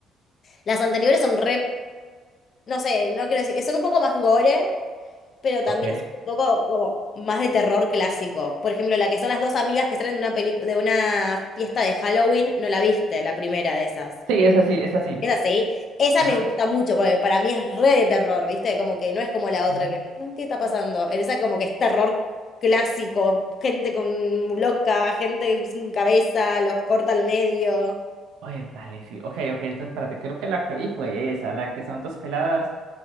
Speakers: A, on the left; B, on the right.
A: Las anteriores son re, no sé, no quiero decir, son un poco más gore, pero también
B: Ok.
A: son un poco como más de terror clásico. Por ejemplo, la que son las dos amigas que salen de una pelicu- de una fiesta de Halloween, no la viste, la primera de esas.
B: Sí, es así, es así.
A: Es así. Esa
B: Ajá.
A: me gusta mucho porque para mí es re de terror, ¿viste? Como que no es como la otra
B: Mm.
A: que, "Mm, ¿qué está pasando? En esa como que es terror clásico, gente con loca, gente sin cabeza, los corta al medio.
B: Oye, dale, sí. Ok, ok, entonces espérate, creo que la que vi fue esa, la que son dos peladas